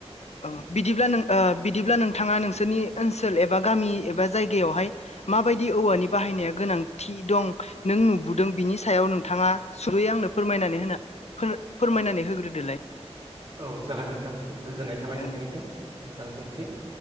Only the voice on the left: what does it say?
औ बिदिब्ला नों ओ बिदिब्ला नोंथाङा नोंसोरनि ओनसोल एबा' गामि एबा' जायगायावहाय माबायदि औवानि बाहायनाया गोनांथि दं नों नुबोदों बिनि सायाव नोंथाङा सुंदयै आंनो फोरमायनानै होनो फोर फोरमायनानै होग्रोदोलाय
औ